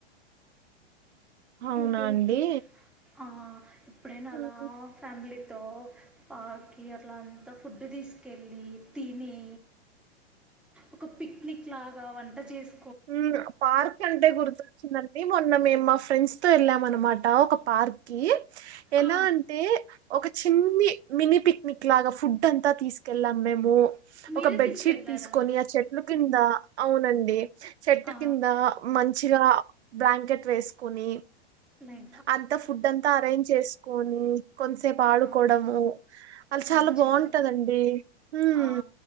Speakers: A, on the right; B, in the centre.
A: అవునా
B: ఇంకేంటి
A: అండి
B: ఆ ఇప్పుడైనా
A: మ్మ్
B: అలా ఫ్యామిలీ తో పార్క్ కి అంత ఫుడ్డు తీసుకెళ్లి తిని ఒక పిక్నిక్ లాగా వంట చేస్
A: మ్ పార్క్ అంటే గుర్తొచ్చిందన్ డి మొన్న మేమ్ మా ఫ్రెండ్స్ తో వెళ్ళాము అనమాట ఒక పార్క్ కి ఎలా
B: ఆ,
A: అంటే ఒక చిన్ని మినీ పిక్నిక్ లాగా ఫుడ్ అంతా తీసుకెళ్ళాం మేము
B: మీరే
A: ఒక బెడ్
B: తీసుకెళ్ళారా
A: షీట్ తీసుకొని ఆ చెట్ల కింద అవునండి చెట్టు
B: ఆ,
A: కింద మంచిగా బ్లాంకెట్ వేసుకుని
B: లై
A: అంతా ఫుడ్ అంతా అరేంజ్ చేసుకొని కొంసేపు ఆడుకోవడము
B: ఆ,
A: అల్ చాలా
B: మంచిగా
A: బాగుంటదండి హ్మ్
B: ఆ,